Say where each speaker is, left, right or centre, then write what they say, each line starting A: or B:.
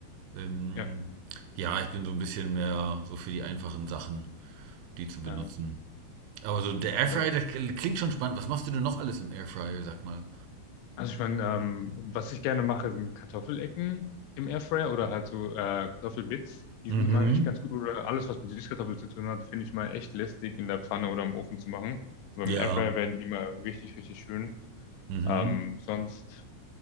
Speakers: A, on the right (about 80°); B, on the left (about 80°).
A: Ähm,
B: ja,
A: ja, ich bin so ein bisschen mehr so für die einfachen Sachen, die zu benutzen.
B: äh,
A: Aber so der Airfryer,
B: ja.
A: das klingt schon spannend. Was machst du denn noch alles im Airfryer, sag mal?
B: Also ich meine, ähm, was ich gerne mache, sind Kartoffelecken im Airfryer oder halt so äh, Kartoffelbits. Die
A: Mhm.
B: sind immer echt ganz gut. Oder alles, was mit Süßkartoffeln zu tun hat, finde ich mal echt lästig in der Pfanne oder im Ofen zu machen. Aber
A: Ja.
B: im Airfryer werden die immer richtig, richtig schön.
A: Mhm.
B: Ähm, sonst,